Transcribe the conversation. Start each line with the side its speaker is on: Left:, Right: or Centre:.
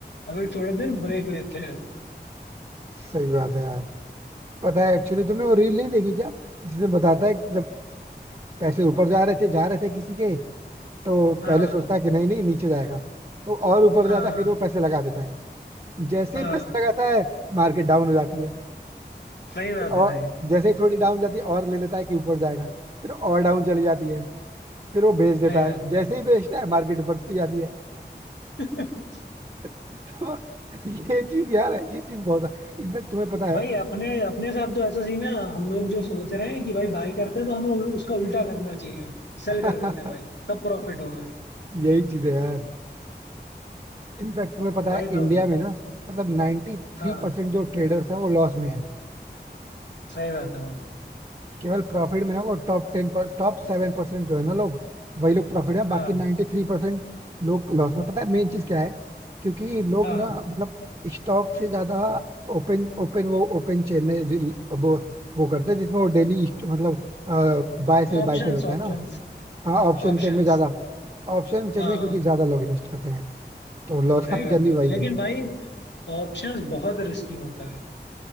Left: अभी थोड़े दिन ब्रेक लेते हैं
Right: सही बात है यार पता है एक्चुअली तुमने वो रील नहीं देखी क्या जिसमें बताता है कि जब पैसे ऊपर जा रहे थे जा रहे थे किसी के तो
Left: हाँ
Right: पहले सोचता है कि नहीं नहीं नीचे जाएगा तो और ऊपर
Left: हाँ
Right: जाता है, फिर वो पैसे लगा देता है जैसे
Left: हाँ
Right: ही पैसे लगाता है मार्केट डाउन हो जाती है
Left: सही बात
Right: और
Left: है भाई
Right: जैसे ही थोड़ी डाउन जाती है और ले लेता है कि ऊपर जाएगा फिर और डाउन चली जाती है फिर वो बेच देता
Left: सही बात
Right: है
Left: है
Right: जैसे
Left: भाई
Right: ही बेचता है मार्केट ऊपर चली जाती है
Left: <laughs>
Right: <laughs> तो ये चीज यार है, ये चीज बहुत है। इनफैक्ट तुम्हें पता है
Left: भाई अपने अपने साथ तो ऐसा सीन है हम लोग जो सोच रहे हैं कि भाई बाई करते हैं तो हमें उल- उसका उल्टा करना चाहिए सेल
Right: <laughs>
Left: कर देते हैं भाई तब प्रॉफिट होगा
Right: यही चीज है यार इनफैक्ट तुम्हें पता
Left: वही
Right: है
Left: तो
Right: इंडिया
Left: भाई
Right: में ना मतलब 93% थ्री
Left: हाँ
Right: परसेंट जो ट्रेडर्स हैं वो लॉस में है
Left: सही बात है भाई
Right: केवल प्रॉफिट में ना वो टॉप टेन पर टॉप सेवन परसेंट जो है ना लोग वही लोग प्रॉफिट में बाकी
Left: हाँ
Right: नाइन्टी थ्री परसेंट लोग लॉस में पता है मेन चीज क्या है क्योंकि लोग
Left: हाँ
Right: ना मतलब स्टॉक से ज्यादा ओपन ओपन वो ओपन चेन में रिल- वो वो करते हैं जिसमें वो डेली मतलब बाय सेल
Left: Options
Right: बाय सेल होता
Left: options
Right: है ना हाँ ऑप्शन
Left: ऑप्शंस
Right: चेन में ज्यादा ऑप्शन चेन
Left: हाँ
Right: में क्योंकि ज्यादा लोग इन्वेस्ट करते हैं तो लॉस का
Left: सही
Right: रीजन
Left: बात
Right: भी
Left: है
Right: वही
Left: लेकिन
Right: है
Left: भाई ऑप्शंस बहुत रिस्की होता है